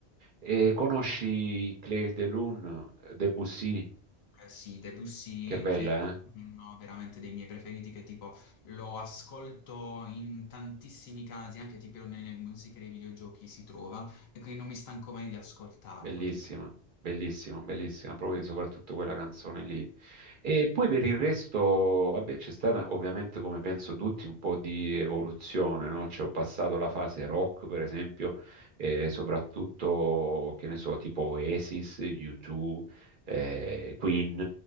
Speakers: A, on the right; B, on the left.
A: E conosci Claire de Lune, Debussy?
B: Eh sì, Debussy,
A: Che bella,
B: che è
A: eh?
B: uno veramente dei miei preferiti, che tipo lo ascolto in tantissimi casi, anche tipo nelle musiche dei videogiochi si trova, e quindi non mi stanco mai di ascoltarlo,
A: Bellissima,
B: ti giuro.
A: bellissima, bellissima, proprio soprattutto quella canzone lì. E poi per il resto, vabbè, c'è stata ovviamente, come penso tutti, un po' di evoluzione, no? Cioè, ho passato la fase rock, per esempio, eh, soprattutto, che ne so, tipo Oasis, U2, eh, Queen,